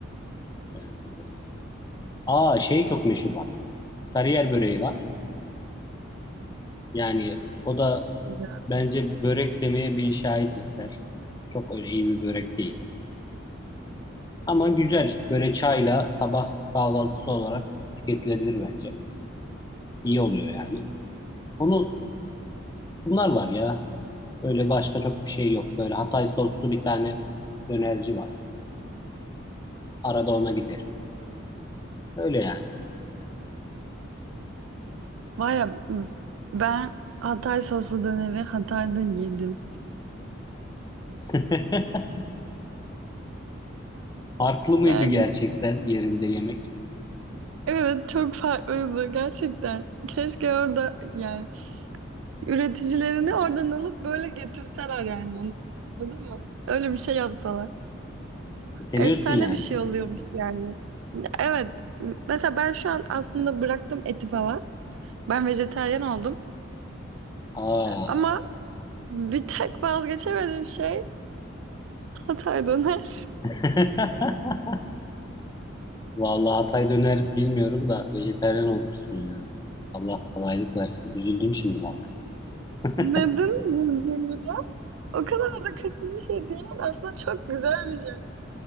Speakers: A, on the left (about 20°); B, on the right (about 75°).
A: Ee, aa şey çok meşhur bak. Sarıyer böreği var. Yani o da
B: Güzel.
A: bence börek demeye bin şahit ister. Çok öyle iyi bir börek değil. Ama güzel. Böyle çayla sabah kahvaltısı olarak tüketilebilir bence. İyi oluyor yani. Onu bunlar var ya. Öyle başka çok bir şey yok. Böyle Hatay soslu bir tane dönerci var. Arada ona giderim. Öyle yani.
B: Var ya ben Hatay soslu döneri Hatay'da yedim.
A: <laughs> Farklı mıydı
B: Yani
A: gerçekten yerinde yemek?
B: evet çok farklıydı gerçekten. Keşke orada yani Üreticilerini oradan alıp böyle getirseler yani anladın mı? Öyle bir şey yapsalar.
A: Seviyorsun
B: Efsane
A: yani.
B: bir şey oluyormuş yani. Evet. Mesela ben şu an aslında bıraktım eti falan. Ben vejetaryen oldum.
A: Aa.
B: Ama bir tek vazgeçemediğim şey Hatay döner.
A: <laughs> Vallahi Hatay döner bilmiyorum da vejetaryen olmuşsun ya. Allah kolaylık versin. Üzüldüm şimdi bak.
B: <laughs>
A: <laughs>
B: Neden üzüldünüz ya? O kadar da kötü bir şey değil. Aslında çok güzel bir şey.